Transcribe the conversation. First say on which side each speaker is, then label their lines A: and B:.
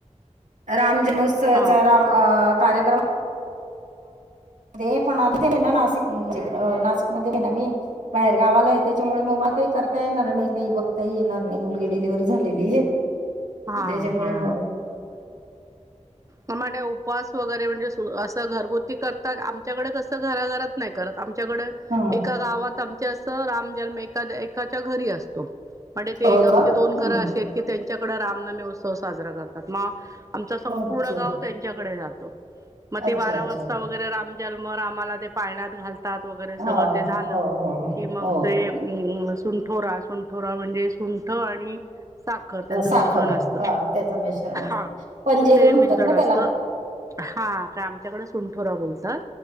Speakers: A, on the right; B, on the right.
A: राम जन्मोत्सवाचा
B: हा
A: राम कार्यक्रम. रे पण आता ते ना नाशिक म्हणजे नाशिक मध्ये आहे ना मी. बाहेर गावाला आहे त्याच्यामुळे मग मला काही करता येणार नाही काही बघता येणार नाही मुलगी डिलिवरी झालेली आहे.
B: हा
A: त्याच्यामुळे
B: हा
A: मग.
B: मग त्या उपवास वगैरे म्हणजे असं घरगुती करतात आमच्याकडे कसं घराघरात नाही करत आमच्याकडे.
A: हम्
B: एका गावात आमच्या असं राम जन्म एका एकाच्या घरी असतो. म्हणजे ते
A: हो
B: एक आमचे
A: का
B: दोन घरं
A: हम्म
B: असे आहेत की त्यांच्याकडे रामनवमी उत्सव साजरा करतात मग. आमचा संपूर्ण
A: अच्छा
B: गाव त्यांच्याकडे जातो मग ते
A: अच्छा
B: बारा
A: अच्छा
B: वाजता वगैरे राम. जन्म रामाला ते पाळण्यात घालतात वगैरे सगळं
A: हा
B: ते झालं
A: हो हो
B: कि मग
A: हो
B: ते. सुंठोरा सुंठोरा म्हणजे सुंठ आणि साखर. त्याच
A: हो साखर
B: मिश्रण असत
A: हा त्याचं मिश्रण असत
B: हा
A: पंजेरी
B: ते
A: म्हणतात
B: मिश्रण
A: ना
B: असत.
A: त्याला
B: हा काय आमच्याकडे सुंठोरा बोलतात.